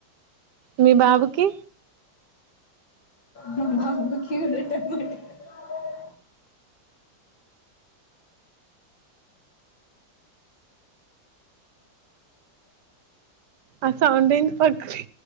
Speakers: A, on the right; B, on the left.
A: మీ బాబుకి
B: మా బాబుకి <unintelligible>
A: ఆ సౌండ్ ఎందుకోచ్చి